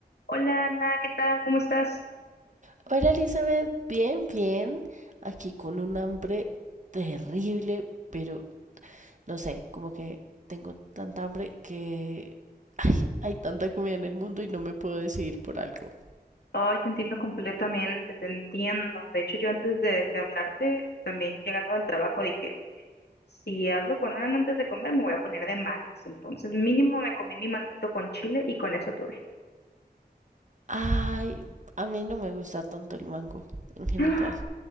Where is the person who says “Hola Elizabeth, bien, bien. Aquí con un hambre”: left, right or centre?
Right